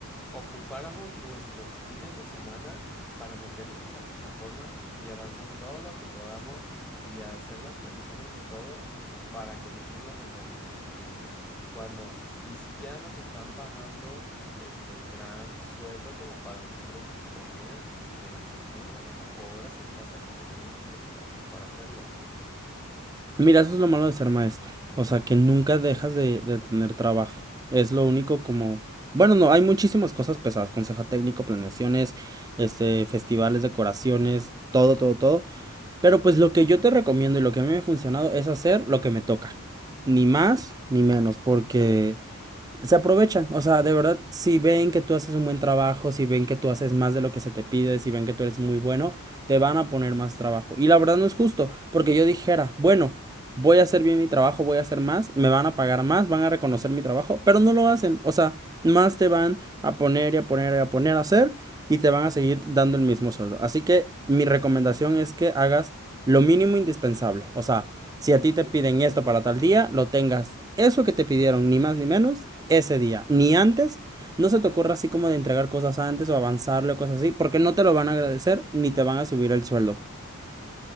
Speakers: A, in the centre; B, on the right.
A: ocupáramos nuestros fines de semana para meternos a la plataforma y avanzar todo lo que podamos y hacer las planeaciones y todo para que nosotros las entreguemos a tiempo. Cuando ni siquiera nos están pagando este el gran sueldo como para nosotros disponer de nuestros fines de semana o horas en casa que tenemos otros trabajos para hacerlo.
B: Mira, eso es lo malo de ser maestro. O sea, que nunca dejas de, de tener trabajo. Es lo único como... Bueno, no, hay muchísimas cosas pesadas. Consejo técnico, planeaciones, este, festivales, decoraciones, todo, todo, todo. Pero pues lo que yo te recomiendo y lo que a mí me ha funcionado es hacer lo que me toca. Ni más ni menos, porque se aprovechan, o sea, de verdad, si ven que tú haces un buen trabajo, si ven que tú haces más de lo que se te pide, si ven que tú eres muy bueno, te van a poner más trabajo. Y la verdad no es justo, porque yo dijera, bueno, voy a hacer bien mi trabajo, voy a hacer más, me van a pagar más, van a reconocer mi trabajo, pero no lo hacen, o sea, más te van a poner y a poner y a poner a hacer y te van a seguir dando el mismo sueldo. Así que mi recomendación es que hagas lo mínimo indispensable, o sea, si a ti te piden esto para tal día, lo tengas eso que te pidieron, ni más ni menos, ese día, ni antes. No se te ocurra así como de entregar cosas antes o avanzarle o cosas así, porque no te lo van a agradecer ni te van a subir el sueldo.